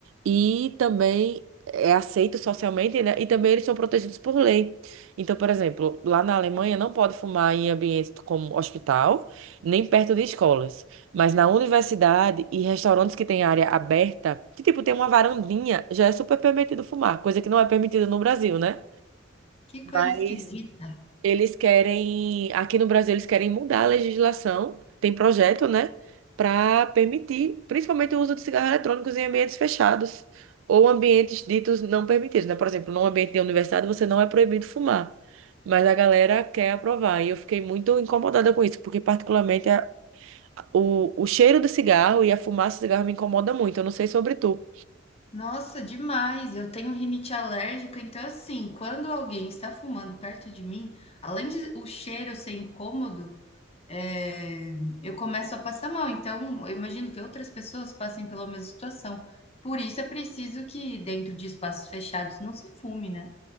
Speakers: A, on the right; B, on the left.
A: e também é aceito socialmente, né? E também eles são protegidos por lei. Então, por exemplo, lá na Alemanha não pode fumar em ambientes como hospital, nem perto de escolas, mas na universidade e restaurantes que têm área aberta, que tipo tem uma varandinha, já é super permitido fumar, coisa que não é permitida no Brasil, né?
B: Que coisa
A: Mas
B: esquisita.
A: eles querem, aqui no Brasil, eles querem mudar a legislação, tem projeto, né, para permitir, principalmente o uso de cigarros eletrônicos em ambientes fechados ou ambientes ditos não permitidos, né? Por exemplo, num ambiente de universidade você não é proibido fumar, mas a galera quer aprovar. E eu fiquei muito incomodada com isso, porque particularmente a- o, o cheiro do cigarro e a fumaça do cigarro me incomoda muito. Eu não sei sobre tu.
B: Nossa, demais. Eu tenho rinite alérgica, então assim, quando alguém está fumando perto de mim, além de o cheiro ser incômodo, é, eu começo a passar mal. Então, eu imagino que outras pessoas passem pela mesma situação. Por isso é preciso que, dentro de espaços fechados, não se fume, né?